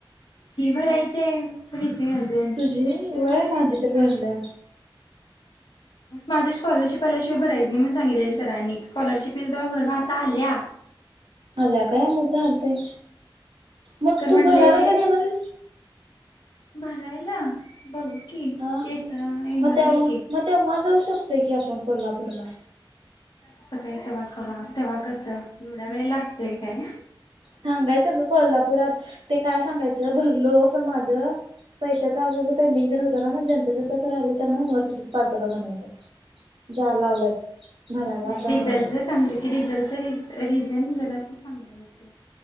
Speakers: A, on the left; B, on the right.
A: फी भरायची आहे, प्रिती अजून
B: तुझी
A: त्याशिवाय
B: वय
A: मला
B: माझी
A: रिझल्ट
B: तर
A: काय
B: भरल्या
A: देत्यात. माझी स्कॉलरशिप आल्याशिवाय भरायचं नाही म्हणून, सांगितलेलं सरांनी स्कॉलरशीप येईल तेव्हा भर म आता आल्या. या.
B: आल्या काय आ मा चालतयं. मग
A: तर
B: तू
A: म्हणलेले
B: भरायला कधी येणार हाइस?
A: भरायला बघू? की
B: हा
A: येता येणार
B: मग तेव्हा
A: आहे की.
B: मग तेव्हा जाऊ शकतोय, की आपण कोल्हापूरला.
A: आता काही तेव्हा कवा तेव्हा कसं एवढा वेळ लागतय काय?
B: सांगायचं ग कोल्हापुरात ते काय सांगायचं भरलो पण माझं पैशाच असं पेंडिंग तेन होत ना, मग ज्यांच ज्यांच असं राहिलं त्यांना युनिव्हर्सिटत पाठवलं म्हणायचं. जायला लावलेत भरायला
A: नाही
B: असं
A: रिझल्टच
B: म्हणायचं.
A: सांगतो की रिझल्टच रिझन जरासं चांगलं होत.